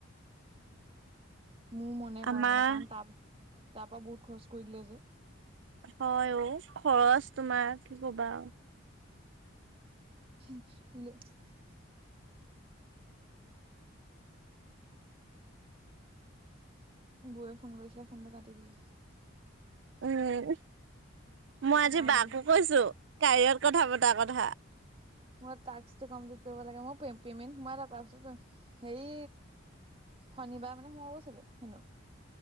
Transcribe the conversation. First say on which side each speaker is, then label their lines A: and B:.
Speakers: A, on the right; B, on the right.
A: মোৰ মনে
B: আমাৰ
A: কয় মানে কাৰণ তাৰ তাৰ পৰা বহুত খৰচ কৰি দিলে যে
B: হয় অ খৰচ তোমাৰ কি কবা আৰু
A: উম বৌৱে ফোন কৰিছিলে ফোনটো কাটি দিলো।
B: উম মই আজি
A: কাৰণ
B: বাকো কৈছো কাইয়ত কথা পতা কথা
A: মই টাস্কটো কমপ্লিট কৰিব লাগে। প্ৰেমেণ্ট সোমালে পাচবুকত। হেৰি শনিবাৰ মানে সোমাব চাগে হেনো